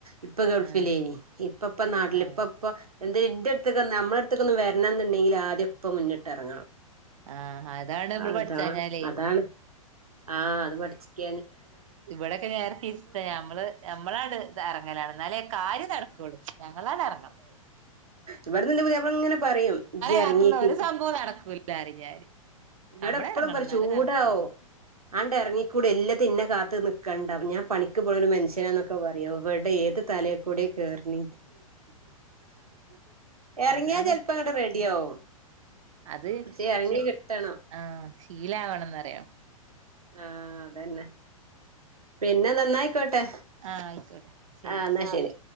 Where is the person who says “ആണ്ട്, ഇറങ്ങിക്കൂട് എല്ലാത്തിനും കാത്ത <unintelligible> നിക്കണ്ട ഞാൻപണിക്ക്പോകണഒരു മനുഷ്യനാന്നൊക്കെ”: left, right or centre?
Right